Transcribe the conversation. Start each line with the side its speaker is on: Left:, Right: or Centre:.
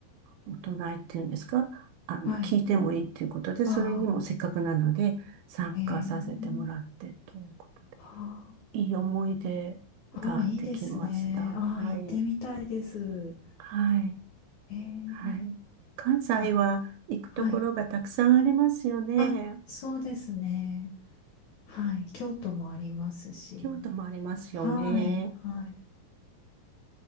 Right: お唱えっていうんですかあの、
Left: はい、
Right: 聞いてもいいっていうことで、それにもせっかくなので参加させてもらってということで、
Left: ああ、へえ、はあ。
Right: いい思い出ができました。
Left: ああ、いいですね。ああ、
Right: はい。
Left: 行ってみたいです。
Right: はい。
Left: えー、
Right: はい。関西は行くところがたくさんありますよね。
Left: あ、はい。あ、そうですね。はい。京都もありますし。
Right: 京都もありますよね。
Left: はい。はい。